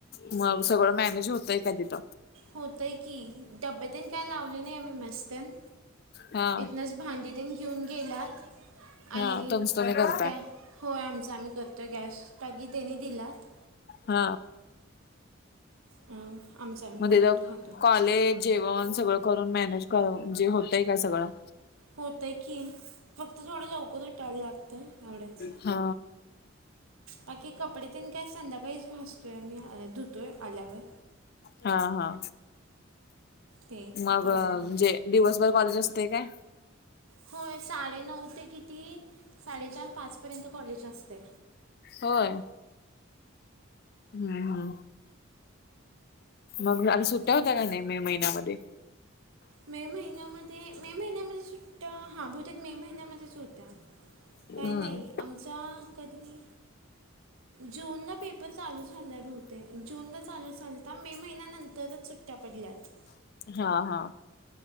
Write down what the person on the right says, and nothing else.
होतय की डब्बेतेन काय लावले नाही आम्ही मेस तेन
इथनच भांडीतेन घेऊन गेलात आणि
गॅ होय आमच आम्ही करतोय गॅस टाकी त्यांनी दिल्यात
आमचं आम्ही
करून
खातो
होतय की फक्त थोडं लवकर उठाय लागतंय एवढंच
बाकी कपडे तेन काय संध्याकाळीच घासतोय आमी धुतोय आल्यावर
ते
तेवढंच
होय साडेनऊ ते किती साडेचार पाच पर्यंत कॉलेज असतय
तिथं
मे महिन्यामध्ये मे महिन्यामध्ये सुट्या हा बहुतेक मे महिन्यामध्येच होत्या
काय नाही, आमचा कधी जूनला पेपर चालू झाला बहुतेक, जूनला चालू झालता मे महिन्यानंतरच सुट्ट्या पडल्यात.